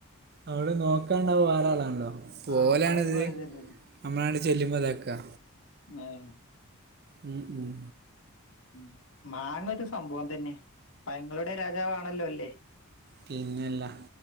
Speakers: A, on the right (about 45°); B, on the left (about 60°).
A: അവിടെ നോക്കാനോണ്ടാവ വേറാളാണല്ലോ
B: ആ
A: ഓലാണിത്
B: പണിയെടുക്കാൻ
A: നമ്മളാണ്ട് ചെല്ലുമ്പോ ഇതാക്കാ
B: ങ്ങേ
A: ഉം ഉം
B: ഉം മാങ്ങയൊരു സംഭവംതന്നെ പഴങ്ങളുടെ രാജാവാണല്ലോ അല്ലേ
A: പിന്നെയല്ലാ